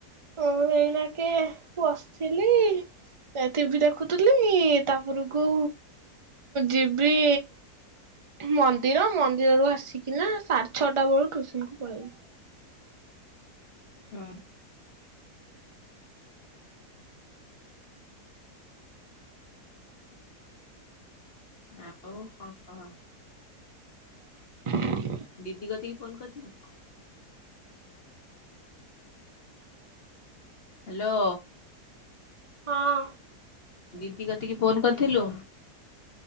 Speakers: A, on the right; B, on the left.
A: ଓ ଏଇନାକେ ବସିଥିଲି ଏ ଟିଭି ଦେଖୁଥିଲି ତାପରକୁ ଯିବି ମନ୍ଦିର ମନ୍ଦିରରୁ ଆସିକିନା ସାଢେ ଛଅଟା ବେଳୁ ଟୁସନକୁୁ ପଳେଇବି।
B: ହଁ ଆଉ କଣ କହ
A: <inaudible>
B: ଦିଦି କତିକି ଫୋନ କରିଥିଲୁ? ହାଲୋ
A: ହଁ
B: ଦିଦି କତିକି ଫୋନ କରିଥିଲୁ?